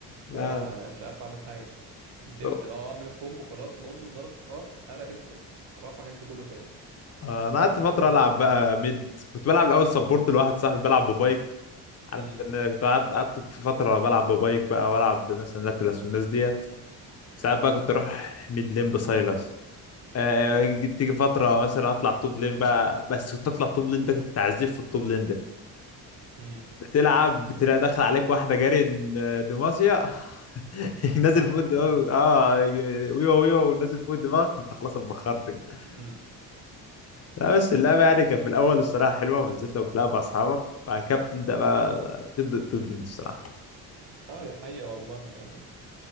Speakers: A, on the left; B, on the right.
A: لا
B: لو ه-
A: لا.
B: مش عارف اعمل حاجة زد
A: <clears throat>
B: لو اعمل كومبو خلاص موندو ضرب ار هلا هيلث رفع هيلث كله تاني
A: آه، انا
B: طب
A: قعدت
B: انا سافت
A: فترة
B: ايه
A: العب
B: دلوقتي
A: بقى ميد كنت بلعب الاول سبورت لواحد صاحبي بلعب ببايك عارف
B: امم
A: انت ان كنت قعدت قعدت في فتره بلعب ببايك بقى والعب مثلا لاتلس والناس ديت ساعات بقى كنت اروح ميد لين بسايلس آه
B: اه
A: تيجي فتره مثلا اطلع توب لين بقى بس كنت اطلع توب لين ده كنت تعذيب في التوب لين ده
B: امم
A: بتلعب بتلاقي داخل عليك واحده جاري إن- دماسيا <laughs> نازل
B: بح
A: فوق الدماغ
B: خلاص
A: اه ويوا ويوا ونازل فوق دماغك انت خلاص اتبخرت كده
B: امم
A: لا بس اللعبه يعني كانت في الاول الصراحه حلوه بالذات لو بتلعب مع اصحابك وبعد كده بتبدا بقى تبدا تبدا الصراحه
B: اه دي حقيقة والله يعني